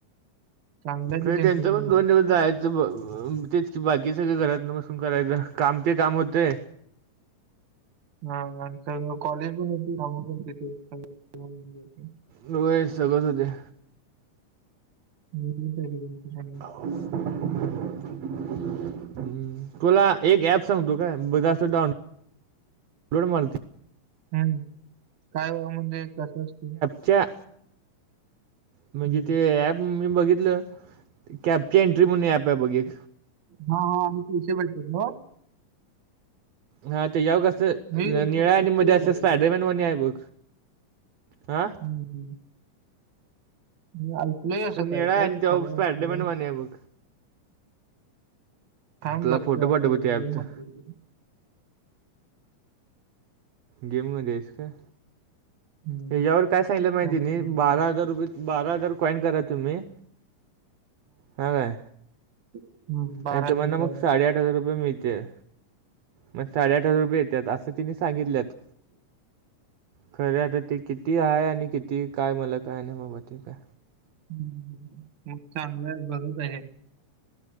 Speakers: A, on the right; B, on the right.
A: चांगलं आहे
B: खरं
A: की त्यांचं
B: त्यांच पण
A: मग
B: दोन दिवस जायाच ब अअ तेचकी बाकी सगळं घरात न बसून करायच, काम ते काम होतंय
A: हा हा कॉलेज पण तिथे, काम पण तिथे. होय, होय.
B: व्हय सगळंच होतय.
A: <unintelligible>
B: <unintelligible> हम्म. तुला एक ऍप सांगतो काय बघ अस डाउनलोड, मारतो.
A: हम्म, काय व म्हणजे कसं असतं?
B: च्या
A: हम्म.
B: म्हणजे ते ॲप मी बघितलं, कॅपची एंट्री म्हणून ऍप आहे बघ एक.
A: हा हा आम्ही. <unintelligible>
B: हा तेच्यावर कस
A: मी
B: निळा
A: हम्म,
B: आणि मध्ये असं स्पायडरमॅन मध्ये आहे बघ हा.
A: हम्म हम्म. मी ऐकलंय असं
B: निळा
A: काय
B: आहे
A: तर
B: आणि त्यावर
A: खरं
B: स्पायडरमॅन
A: पुढे
B: वाणी आहे बघ
A: थांब
B: तुला
A: बघतो
B: फोटो
A: अस
B: पाठवतो
A: गेममध्ये
B: त्या ॲपचा
A: ये.
B: गेममध्ये आहेस काय?
A: हम्म.
B: याच्यावर काय सांगितलंय माहिती
A: थांब.
B: त्यांनी
A: हम्म.
B: बारा हजार रुपये बारा हजार कॉईन करा तुम्ही हा काय
A: हम्म, बारा
B: आणि
A: हजार
B: तुम्हाना
A: कॉइन
B: मग साडेआठ हजार रुपये मिळतील. मग साडे आठ हजार रुपये येतात असं तिने सांगितल्यात खर आता ते किती आहे आणि किती काय मला काय नाही बाबा ते काय
A: हमम मग चांगलं आहे बघाया पाहिजे.